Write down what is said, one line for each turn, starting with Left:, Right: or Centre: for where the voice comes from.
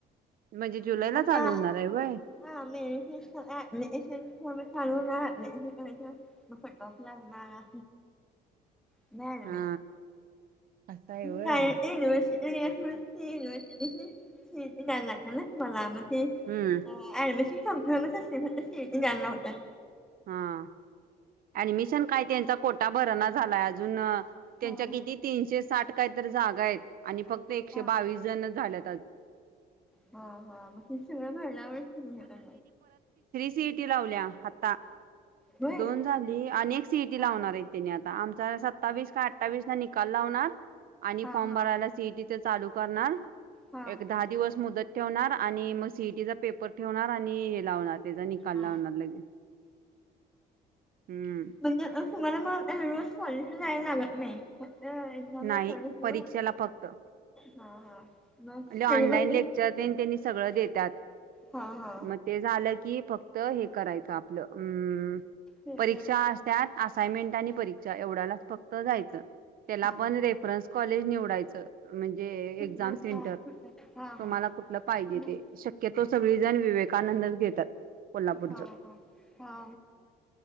Right: म्हणजे जुलैला
Centre: आता
Right: चालू होणार आहे व्हय
Centre: हा म चालू ना फटोफ लागणार. नाही र
Right: हा असं आहे व्हय
Centre: मश नाही ना मशी एला स यनवर्सिटी स गगाला समलामं
Right: हम्म
Centre: ऍडमिशन संप म सीटी जाला होत
Right: हा ऍडमिशन काय त्यांचा कोटा भरना झालाय अजून त्यांच्या
Centre: हा
Right: किती
Centre: हा
Right: तीनशे साठ कायतरी जागा आहेत आणि फक्त एकशे
Centre: हा
Right: बावीस जण झाल्या
Centre: ह हा मग ते सगळं भरायला आवडतील मला
Right: सीटी लावल्या आता
Centre: होय
Right: दोन झाली अनेक सीईटी
Centre: हा
Right: लावणार आहे त्याने आता आ सत्तावीस का अठ्ठावीस ला निकाल लावणार आणि
Centre: हा
Right: फॉर्म
Centre: हा
Right: भरायला सीईटी ते चालू करणार
Centre: हा
Right: एक दहा दिवस मुदत ठेवणार आणि मग सीईटीचा पेपर ठेवणार आणि हे लावणार त्याचा निकाल
Centre: हा
Right: लावणार लगेच हम्म
Centre: म्हणजे तुम्हाला म रोल्स कॉलेजला जायला लागत नाही. एक्झामला
Right: नाही
Centre: तेवढीच नव्ह
Right: परीक्षेला फक्त म्हणजे
Centre: हा हा मग स्टडीमध्ये
Right: ऑनलाइन लेक्चर त्यांनी त्यांनी सगळं देतात.
Centre: हा हा
Right: मग ते झालं की फक्त हे करायचं आपलं अम्
Centre: हा
Right: परीक्षा असत्यात असाइनमेंट आणि परीक्षा एवढ्यालाच फक्त जायचं. त्याला
Centre: हा
Right: पण रेफरन्स कॉलेज निवडायचं म्हणजे
Centre: कुठलं
Right: एक्झाम सेंटर
Centre: हा कुठलं हा
Right: तुम्हाला
Centre: हा
Right: कुठलं पाहिजे
Centre: मग
Right: ते शक्यतो सगळी
Centre: हा
Right: जण विवेकानंदच घेतात. कोल्हापूरच
Centre: हा हा हा.